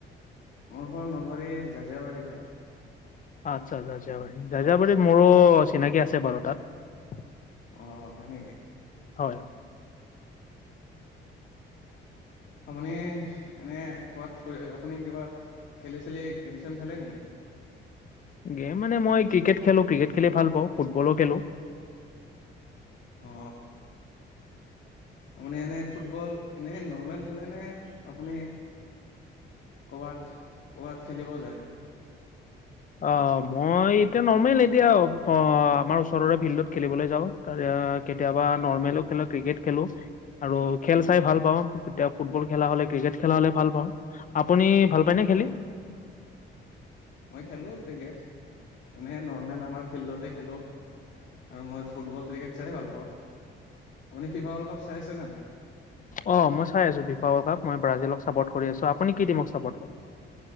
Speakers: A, on the left (about 65°); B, on the left (about 40°).
A: মোৰ ঘৰ নলবাৰীৰ জাজিয়াবাৰীত হয়
B: আচ্ছা জাজিয়াবাৰী জাজিয়াবাৰীত মোৰো চিনাকি আছে বাৰু তাত
A: অ হয় নেকি
B: হয় হয়।
A: আপুনি এনে কোৱাত ফুৰি আপুনি কিবা খেলি চেলি গেম চেম খলে নেকি
B: গেম মানে মই ক্ৰিকেট খেলো ক্ৰিকেট খেলি ভাল পাওঁ ফুটবলো খেলো
A: অ আপুনি এনেই ফুটবল এনেই নৰ্মেল খেলে নে আপুনি কৰবাত কৰবাত খেলিবও যায়
B: অ মই এতিয়া নৰ্মেল এতিয়া অ আমাৰ ওচৰৰে ফিল্ডত খেলিবলৈ যাওঁ ত কেতিয়াবা নৰ্মেলো খেলোঁ ক্ৰিকেট খেলোঁ আৰু খেল চাই ভাল পাওঁতি ফুটবল খেলা হ'লে ্ৰিক খেলা হলে ভাল পাওঁ আপুনি ভাল পায়নে খেলি
A: <inaudible> মই খেলো ক্ৰিকেট এনেে নৰ্মেল আমাৰ ফিল্ডতে খেলো আৰু মই ফুটবল ক্ৰিকেট চাই ভাল পাওঁ আপুনি ফিফা ৱৰ্লড কাপ চাই আছে নে নাই
B: অ' মই চাই আছো ফিফা ৱৰ্ল্ড কাপ মই ব্ৰাজিলক ছাপৰ্ট কৰি আছোঁ আপুনি কি দিমক ছাপৰ্ট কৰে